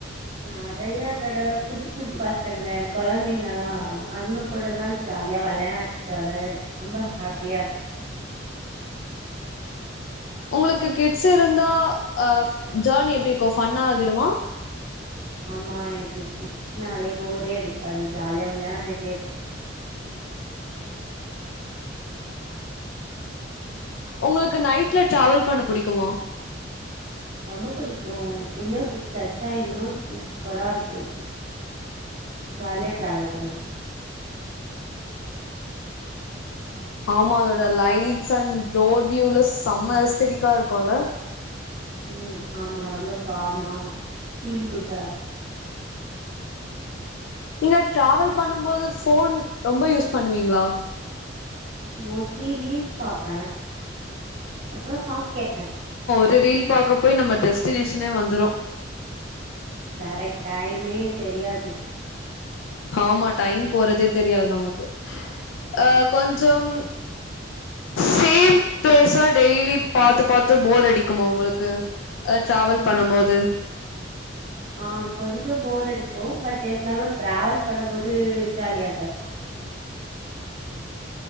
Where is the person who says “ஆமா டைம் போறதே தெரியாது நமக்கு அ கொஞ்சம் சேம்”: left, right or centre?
Left